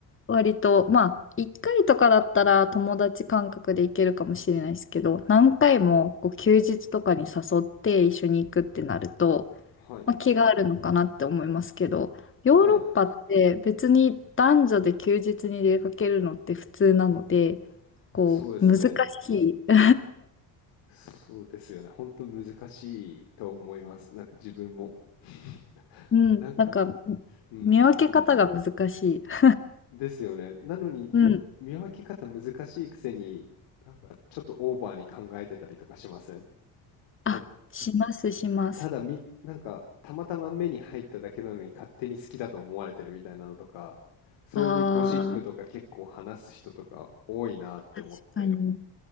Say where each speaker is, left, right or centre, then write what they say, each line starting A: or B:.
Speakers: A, on the left (about 30°); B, on the left (about 85°).
A: 割と、まあ、1回とかだったら友達感覚で行けるかもしれないですけど、何回もこう休日とかに誘って一緒に行くってなると、
B: はい。
A: まあ、気があるのかなって思いますけど、ヨーロッパって別に男女で休日に出かけるのって普通なので、
B: はい。
A: こう、
B: そうですね。
A: 難しい。<laughs>
B: そうですよね。本当難しいと思います。なんか自分も。<laughs>
A: うん、
B: なんか、
A: なんか、
B: うん、
A: 見分け方が難しい。<laughs>
B: ですよね。なのに、
A: うん。
B: 見分け方難しいくせに、なんかちょっとオーバーに考えてたりとかしません？
A: あ、
B: なん
A: します、します。
B: ただみなんかたまたま目に入っただけなのに勝手に好きだと思われてるみたいなのとか、そういうゴシップとか結構話す人とか多いなって思って、
A: ああ、確かに。